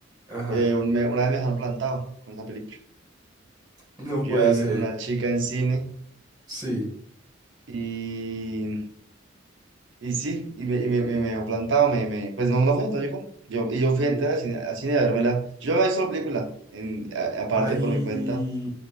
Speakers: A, on the right (about 20°); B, on the right (about 70°).
A: Ajá.
B: eh, un- me- una vez me dejaron plantado con esa película.
A: No
B: Yo
A: puede
B: iba a verme
A: ser.
B: con una chica en cine
A: Sí.
B: y, y sí, y me, y me, me- me dejó plantado, me, me, pues no, no fue, no llegó. Yo, y yo fui
A: No.
B: a entrar al cine, al cine a vérmela. Yo ya me he visto la película, en, a- aparte
A: Ay,
B: por mi cuenta